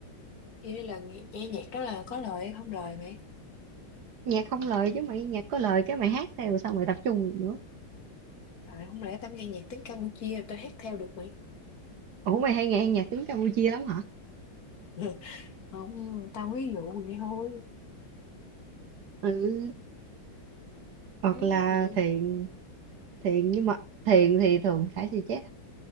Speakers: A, on the left (about 55°); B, on the right (about 65°).
A: vậy là nghe, nghe nhạc đó là có lời hay không lời mày?
B: nhạc không lời chứ mày nhạc có lời cái mày hát theo sao mày tập trung được nữa
A: À, không lẽ tao nghe nhạc tiếng Campuchia tao hát theo được mày?
B: ủa mày hay nghe nhạc tiếng Campuchia lắm hả
A: <laughs> không tao ví dụ vậy thôi
B: ừ hoặc
A: ừ,
B: là
A: thì
B: thiền thiền nhưng mà thiền thì thường phải thì chết